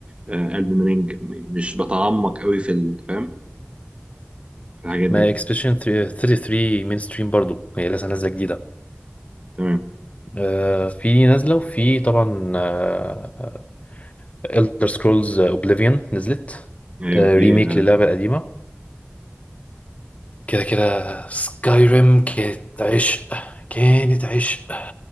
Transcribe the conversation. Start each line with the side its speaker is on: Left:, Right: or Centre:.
Right: البن رينج مش بتعمق قوي في ال- فاهم في الحاجات دي
Left: ما
Right: يعني
Left: اكسبediشن 33 مين ستريم برضو هي لسه نازله جديده
Right: تمام
Left: آه في نازله وفي طبعا آه، Elder Scrolls uh, Oblivion نزلت
Right: ايوه
Left: آه،
Right: دي
Left: ريميك
Right: عارف
Left: للعبة القديمة كده كده سكايريم كانت عشق كانت عشق